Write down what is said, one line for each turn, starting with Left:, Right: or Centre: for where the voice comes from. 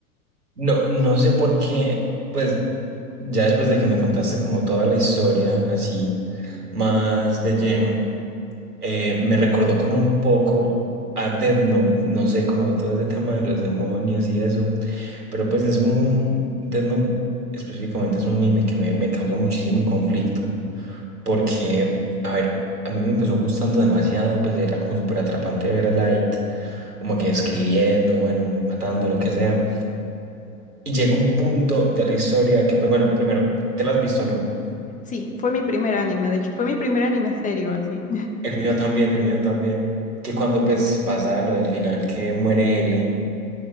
Right: No, no sé por qué, pues ya después de que me contaste como toda la historia, así más de lleno, eh, me recordó como un poco a Death Note, no sé, como todo ese tema de los demonios y eso, pero pues es un, Death Note específicamente es un anime que me, me causa muchísimo conflicto, porque, a ver, a mí me empezó gustando demasiado, pues era como súper atrapante ver a Light, como que escribiendo, bueno, matando, lo que sea. Y llega un punto de la historia que, pues bueno, primero, ¿te la has visto o no?
Left: Sí, fue mi primer anime, de hecho, fue mi primer anime serio, así.
Right: El mío también, el mío también. Que cuando pues pasa lo del final, que muere L,